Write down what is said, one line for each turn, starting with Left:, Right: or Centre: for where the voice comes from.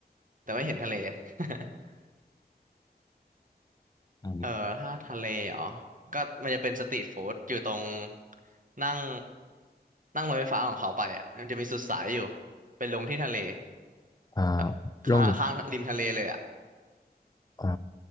Right: แต่ว่าเห็นทะเล <laughs>
Left: อืม
Right: เออถ้าทะเลเหรอก็มันจะเป็นสตรีทฟู้ดอยู่ตรงนั่งนั่งรถไฟฟ้าของเขาไปอะมันจะมีสุดสายอยู่เป็นลงที่ทะเล
Left: อ่า
Right: แบบข้างข้างริมทะเลเลยอะ
Left: ลงอ๋อ